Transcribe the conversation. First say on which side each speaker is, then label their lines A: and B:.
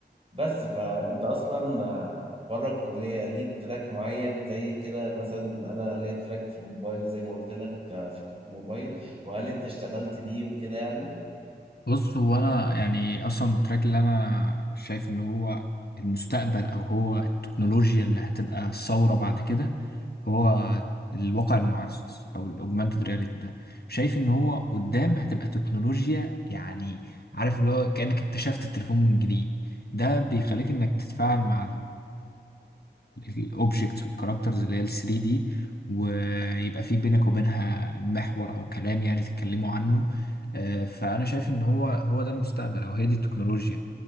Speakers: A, on the right; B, on the left.
A: بس فانت اصلا آه، بره الكليه ليك تراك معين زي كده مثلا انا ليا تراك في الموبايل زي ما قلت لك آه، في الموبايل وهل انت اشتغلت بيه وكده يعني
B: بص هو انا يعني اصلا التراك اللي انا شايف ان هو المستقبل او هو التكنولوجيا اللي هتبقى الثوره بعد كده هو الواقع المعزز او الاوجمانتد رياليتي ده شايف ان هو قدام هتبقى تكنولوجيا يعني عارف اللي هو كانك اكتشفت التليفون من جديد ده بيخليك انك تتفاعل مع الاوبجكتس والكاركترز اللي هي ال 3 دي ويبقى في بينك وبينها محور او كلام يعني تتكلموا عنه آه، فأنا شايف إن هو هو ده المستقبل أو هي دي التكنولوجيا